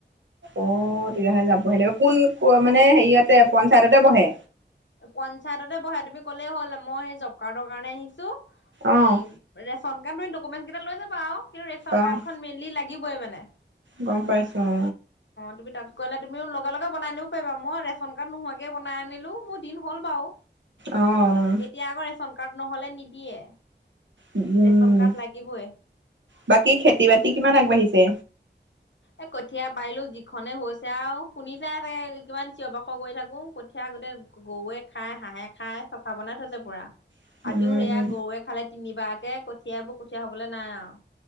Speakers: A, on the right; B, on the left.
A: অ তেতিয়াহ'লে যাবহ কোন ক মানে হেৰিয়তে পঞ্চায়ততে বহে
B: পঞ্চায়ততে বহে তুমি ক'লেই হ'ল মই সেই জব কাৰ্ডৰ কাৰণে আহিছোঁ
A: অ'
B: এই ৰে খনকাৰদ তুমি ডকুমেণ্ট কেইটা লৈ যাবা আৱ কিন্তু ৰেচন
A: অ'
B: কাৰ্ডখন মেইনলি লাগিবই মানে নাই
A: গম পাইছোঁ
B: তুমি তাত গ'লে তুমিও লগে লগে বনাই আনিব পাৰিবা মই ৰেচন কাৰ্ড নোহোৱাকে বনাই আনিলো মোৰ দিন হ'ল বাৰু
A: আহ
B: এতিয়া আকৌ ৰেচন কাৰ্ড নহ'লে নিদিয়ে
A: উম
B: ৰেচন কাৰ্ড লাগিবই
A: বাকী খেতি বাতি কিমান আগবাঢ়িছে
B: এ কঠীয়া পাৰিলো যিখনে হৈছে আৱ শুনি চাইে কিমান চিঞ বাখৰ কৰি থাকো কঠীয়া গোটেই গৰুৱে খাই হাঁহে খাই চফা বনাই থৈছে পুৰা
A: উম,
B: আজিও সেয়া গৰুৱে খালে তিনিবাকে কঠিয়াবোৰ কঠীয়া হ'বলে নাই আৱ